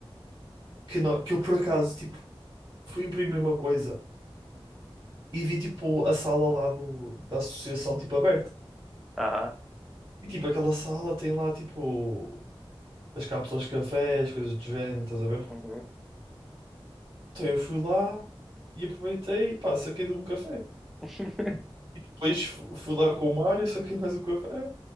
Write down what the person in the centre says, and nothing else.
Aham.
Uhum.
<laughs>